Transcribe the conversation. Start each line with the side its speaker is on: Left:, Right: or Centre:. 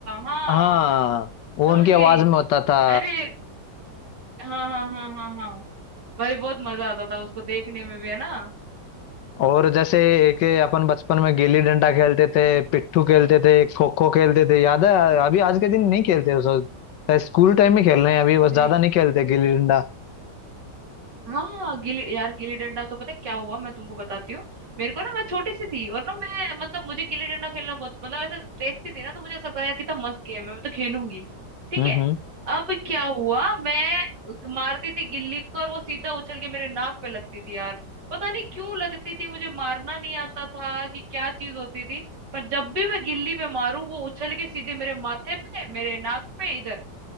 Right: हाँ
Left: हाँ वो
Right: समझ
Left: उनकी आवाज
Right: गई
Left: में होता था
Right: अरे हाँ हाँ हाँ हाँ हाँ भाई बहुत मजा आता था उसको देखने में भी है ना
Left: और जैसे एक अपन बचपन में गिल्ली डंडा खेलते थे पिट्ठू खेलते थे खो खो खेलते थे याद है अभी आज के दिन नहीं खेलते उस स्कूल टाइम में खेल रहे हैं अभी
Right: अरे
Left: बस ज्यादा नहीं खेलते गिल्ली डंडा
Right: हाँ हाँ गिल्ली यार गिल्ली डंडा तो पता है क्या हुआ मैं तुमको बताती हूँ मेरे को ना मैं छोटी सी थी और ना मैं मतलब मुझे गिल्ली डंडा खेलना बहुत मतलब ऐसे देखती थी ना तो मुझे ऐसा लगता था, यार कितना मस्त गेम है मैं तो खेलूंगी ठीक
Left: हम्म
Right: है
Left: हम्म
Right: अब क्या हुआ मैं मारती थी गिल्ली को और वो सीधा उछल के मेरे नाक पे लगती थी यार पता नहीं क्यों लगती थी मुझे मारना नहीं आता था कि क्या चीज होती थी पर जब भी मैं गिल्ली पे मारू वो उछल के सीधे मेरे माथे पे मेरे नाक पे इधर